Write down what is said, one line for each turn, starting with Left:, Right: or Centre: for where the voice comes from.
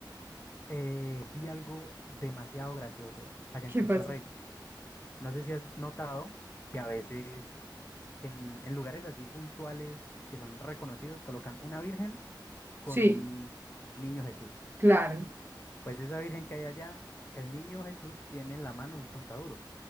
Left: eh, vi algo demasiado gracioso allá
Right: ¿Qué
Left: en Cristo
Right: pasa?
Left: Rey. No sé si has notado que a veces En, en lugares así puntuales que son reconocidos, colocan una virgen con
Right: Sí,
Left: un niño Jesús.
Right: claro.
Left: Pues esa virgen que hay allá, el niño Jesús tiene en la mano un chontaduro.